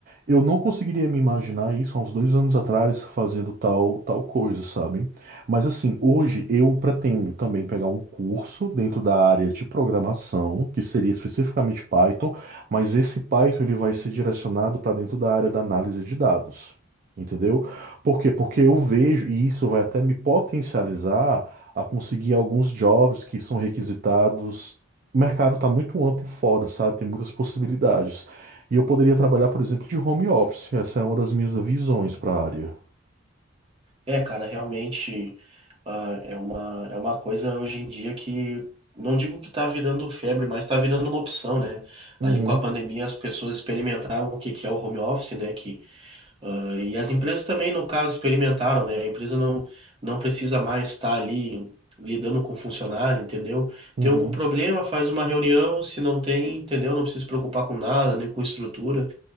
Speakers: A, on the right; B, on the right.
A: Eu não conseguiria me imaginar isso há uns dois anos atrás fazendo tal, tal coisa, sabe? Mas assim, hoje eu pretendo também pegar um curso dentro da área de programação, que seria especificamente Python, mas esse Python ele vai ser direcionado para dentro da área da análise de dados. Entendeu? Por quê? Porque eu vejo, e isso vai até me potencializar a conseguir alguns jobs que são requisitados. O mercado está muito amplo fora, sabe? Tem muitas possibilidades. E eu poderia trabalhar, por exemplo, de home office. Essa é uma das minhas visões para a área.
B: É, cara, realmente ah, é uma, é uma coisa hoje em dia que não digo que tá virando febre, mas tá virando uma opção, né?
A: Uhum,
B: Ali com a pandemia as pessoas experimentaram o que que é o home office, né? Que, ah, e as empresas também, no caso, experimentaram, né? A empresa não, não precisa mais estar ali lidando com funcionário, entendeu?
A: uhum,
B: Tem algum problema, faz uma reunião, se não tem, entendeu? Não precisa se preocupar com nada, nem com estrutura.